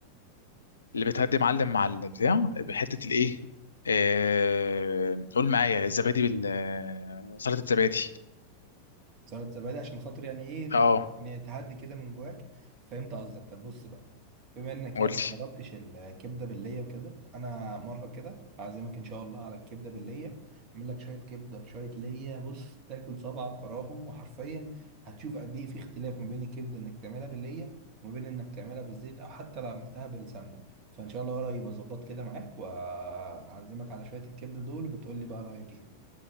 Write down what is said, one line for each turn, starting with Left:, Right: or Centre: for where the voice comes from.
Left: اللي بتهدي معلم مع البتاع بحته الايه آه... قول معايا الزبادي بال سلطه الزبادي
Right: سلطة زبادي عشان خاطر يعني ايه ال-
Left: اه
Right: يعني تهدي كده من جواك فهمت قصدك طب بص بقى بما انك يعني
Left: قلت
Right: ما جربتش الكبده بالليه وكده انا مره كده هعزمك ان شاء الله على الكبده بالليه اعمل لك شويه كبده بشويه ليه بص تاكل صبعك وراهم وحرفيا هتشوف قد ايه في اختلاف ما بين الكبده انك تعملها بالليه وما بين انك تعملها بالزيت او حتى لو عملتها بالسمنه فان شاء الله قريب اظبط كده معاك وهعزمك على شويه الكبده دول وبتقول لي بقى رايك ايه